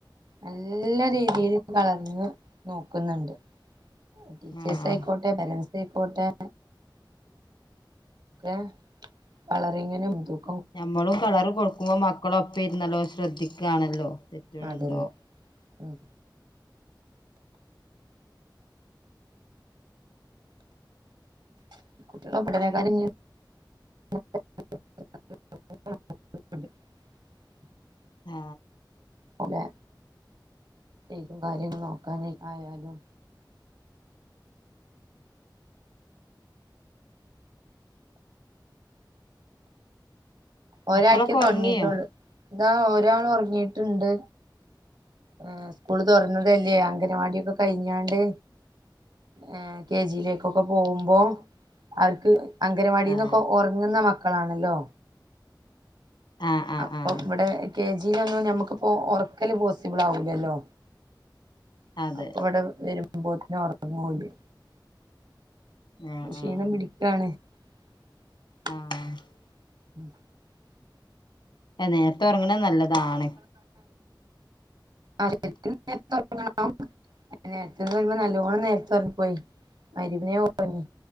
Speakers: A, on the right (about 65°); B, on the left (about 75°).
A: നല്ല രീതീല് കളറിങ്ങ് നോക്കുന്നുണ്ട് ടീച്ചേഴ്സ്
B: ആഹ്
A: ആയിക്കോട്ടെ പേരൻസ് ദയ്കോട്ടെ എ കളറിങ്ങിനും തും
B: ഞമ്മളും കളറ് കൊട് പ്പം മക്കളൊപ്പ ഇര്ന്ന് നല്ലോ ശ്രെദ്ദികാണല്ലോ തെറ്റ്ണ്
A: അതന്നെ
B: ണ്ടോ
A: ഉം <unintelligible>
B: ആ
A: പോലെ ഏത് കാര്യങ്ങൾ നോക്കാന് ആയാലും ഒരാക്കേ
B: മക്കളൊക്കെ
A: തൊടങ്ങീട്ടോള്ളു
B: ഉറങ്ങിയോ
A: ദാ ഒരാള് ഒർങ്ങീട്ട്ണ്ട് ഹ് സ്കൂള് തൊർന്നതെല്ലേ അംഗനവാടിയൊക്കെ കഴിഞാണ്ട് ഏ കെ ജി യിലേക്കൊക്കെ പോവുമ്പോ അവർക് അംഗനവാടിന്നൊക്കെ
B: ആഹ്
A: ഒറങ്ങ്ന്ന മക് ക്കളാണല്ലോ
B: ആഹ് ആഹ്
A: അപ്പം
B: ആഹ്
A: വ്ടേ കെ ജി ന്നൊന്നും ഞമ്മക് പ്പോ ഒർക്കല് പോസിബ്ളാവൂലല്ലോ
B: അതെ
A: അപ്പൊ വടെ വരും രുമ്പോത്തിന് ഒറക്കം പോവൂലേ
B: ആഹ്
A: ക്ഷീണം
B: ആഹ്
A: പിടിക്കാണ് <inaudible>
B: ആഹ് ഏ നേരത്തെ ഒറങ്ങ്ണ് ങ്ങ്ണെ നല്ലതാണ്
A: ആവശ്യത്തിന് നേർത്തൊറങ്ങണം നേരത്തെന്നറിമ്പം നല്ലോണം നേരത്തൊർങ്ങി പോയി മഗ് രിബിനേ ഒർങ്ങി